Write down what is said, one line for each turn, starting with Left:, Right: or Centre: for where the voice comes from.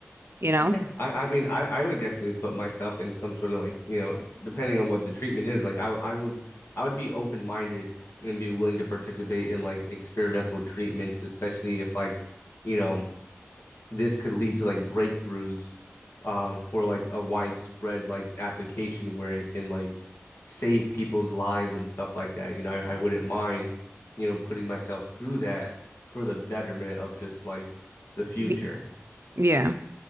Right: you know?
Left: Yeah. I, I mean I, I would definitely put myself in some sort of like, you know, depending on what the treatment is, like I I would I would be open minded and be willing to participate in like experimental treatments, especially if like, you know, this could lead to like breakthroughs um for like a widespread like application where it can like save people's lives and stuff like that. You know, I, I wouldn't mind, you know, putting myself through that for the betterment of just like the future.
Right: Be yeah.